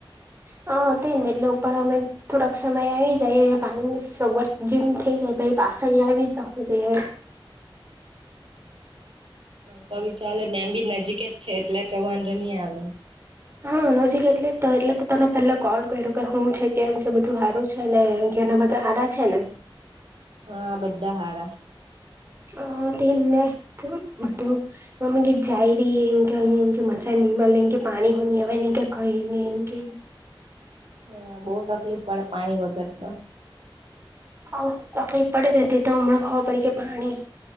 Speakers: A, on the right; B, on the right.
A: હ તે ને એટલે ઉપર અમે થોડાક સમય આવી જાય પાણીની સગવડ જેમ ઠીક છે ભાઈ પાસ ભી ચતી
B: તો ભી ચા ડેમ બી નજીક જ છે એટલે તો વાંધો નહી આવે.
A: હા. જી એટલે એટલે તો તને પેલા કોલ કર્યો કે હું છે કેમ છે બધું હારું છે નેના બધા હા- રા છે ને
B: હા બધા હાડા.
A: અ તેને બટ મમ્મી ગી જાય ર એંગંગ મજા. નિમલ કે પાણી એમ કે કઈ નઈ એમ કંઈ ની ને
B: હા બહુ તકલીફ પડે પાણી વગર ત
A: તખલી એ પડે દતી તોમળ ખવા પ કે પાણી